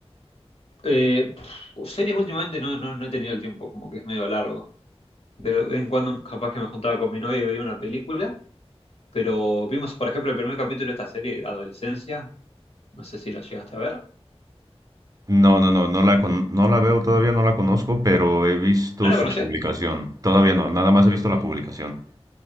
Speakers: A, on the left; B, on the right.
A: Eh, pf, series últimamente no, no, no he tenido el tiempo, como que es medio largo. De vez en cuando capaz que me juntaba con mi novia y veía una película, pero vimos, por ejemplo, el primer capítulo de esta serie, Adolescencia. No sé si la llegaste a ver.
B: No, no, no, no la, con- no la veo todavía, no la conozco, pero he visto
A: ¿No la
B: su
A: conocés?
B: publicación. Todavía no, nada más
A: No.
B: he visto la publicación.